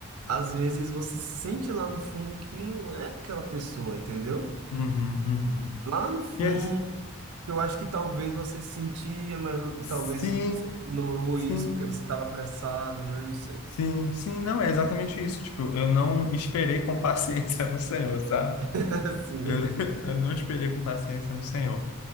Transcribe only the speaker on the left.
Uhum, uhum.
Yes.
Sim,
sim.
Sim, sim, não, é exatamente isso. Tipo, eu não esperei com paciência no Senhor, sabe?
Eu, <laughs> eu não esperei com paciência no Senhor.